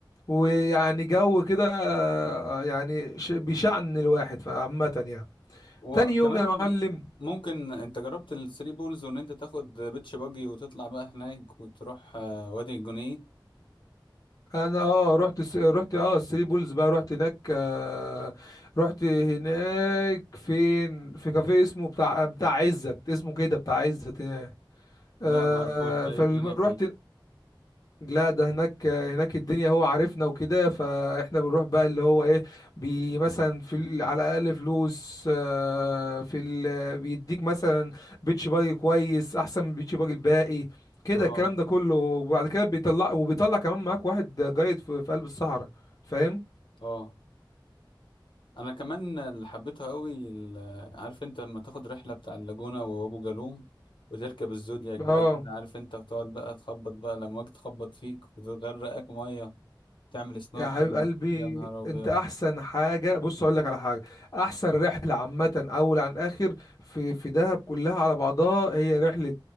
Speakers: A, on the left; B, on the left.
A: ويعني جو كده آه، يعني ش- بيشعن الواحد فعامة يعني
B: وكمان
A: تاني يوم يا معلم
B: ممكن انت جربت الثري بولز وان انت تاخد بيتش باجي وتطلع بقى هناك وتروح آه، وادي الجنيه
A: انا اه رحت س- رحت اه الثري بولز بقى رحت هناك آه رحت هناك فين في كافيه اسمه بتاع بتاع عزت اسمه كده بتاع عزت هناك آه
B: لا معرفوش ده
A: فرحت
B: ايه الدنيا فيه
A: لا ده هناك هناك الدنيا هو عارفنا وكده فاحنا بنروح بقى اللي هو ايه بي مثلا في ال- على الاقل فلوس آه، في ال بيديك مثلا بيتش باجي كويس احسن من بيتش باجي الباقي كده
B: اه
A: الكلام ده كله وبعد كده بيطلع وبيطلع كمان معاك واحد جايد في, في قلب الصحراء فاهم
B: اه انا كمان اللي حبيتها قوي ال- عارف انت لما تاخد رحله بتاع اللاجونه وابو جالوم وتركب الزودياك بقى
A: اه
B: كده عارف انت بتقعد بقى تخبط بقى لما واجي تخبط فيك وتغرقك ميه تعمل سنوركلينج
A: يا حبيب قلبي
B: يا نهار ابيض
A: انت احسن حاجه بص اقول لك على حاجه احسن رحله عامه اول عن اخر في في دهب كلها على بعضها هي رحله